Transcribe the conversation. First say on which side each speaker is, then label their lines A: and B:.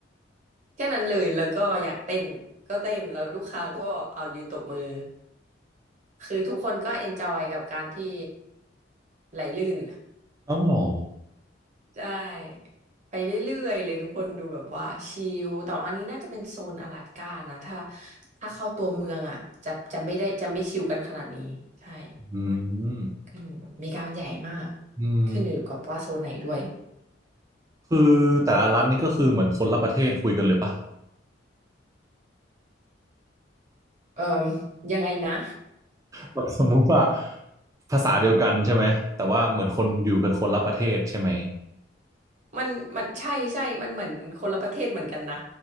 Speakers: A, on the right; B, on the right.
A: แค่นั้นเลยแล้วก็อยากเต้นก็เต้นแล้วลูกค้าก็เอายืนตบมือคือทุกคนก็เอนจอยกับการที่ไหลลื่น
B: อ้าวเหรอ
A: ใช่ไปเรื่อยๆเลยทุกคนดูแบบว่าชิลแต่ว่าอันนี้น่าจะเป็นโซนอลาสก้านะถ้าถ้าเข้าตัวเมืองอ่ะจะจะไม่ได้จะไม่ชิลกันขนาดนี้ใช่
B: อืม
A: ขึ้นอเมีการมันใหญ่มาก
B: อืม
A: ขึ้นอยู่กับว่าโซนไหนด้วย
B: คือแต่ละรัฐนี่ก็คือเหมือนคนละประเทศคุยกันเลยปะ
A: เอ่อยังไงนะ
B: แบบสมมุติว่าภาษาเดียวกันใช่ไหมแต่ว่าเหมือนคนอยู่กันคนละประเทศใช่ไหม
A: มันมันใช่ใช่มันเหมือนคนละประเทศเหมือนกันนะ